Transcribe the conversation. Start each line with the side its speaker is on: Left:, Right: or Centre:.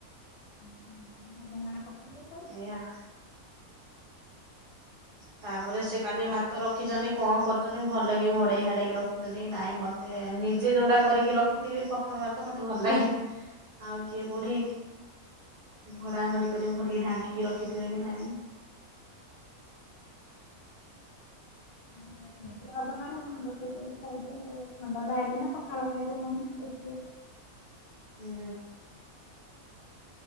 Left: ହୁଁ ହୁଁ ହୁଁ ଅଧ ମାଣେ ପକେଇ ଦେଲନି।
Right: ଏଇଆ
Left: <unintelligible>
Right: ତାପରେ ସେ କାଲି ଭାତ ରଖିଚନ୍ତି କଣ କରିଚନ୍ତି ଭଲ କି ଘୋଡ଼େଇ ଘାଡେଇକି ରଖିଚନ୍ତି କି ନାଇଁ ମ ତେ ନିଜେ ଯୋଉଟା କରିକି ରଖିଥିବି ପଖାଳ ଭାତ ମତେ ଭଲ ଲାଗେ। ଆଉ କିଏ କୋଉଠି ଘୋଡ଼ା ଘଡି କରିକ ଭଲିକି ଢାଙ୍କିକି ରଖିଥିବେ କି ନାହିଁ <unintelligible>
Left: ହ ବସେଇଦିଅ ଆପ <unintelligible> ବସେଇଦ ଖାଇଦିଅ ଥଣ୍ଡା ଟା ହେଇଛି ନା ପଖାଳଖାଇ ତଣି ବସିବ
Right: ହୁଁ।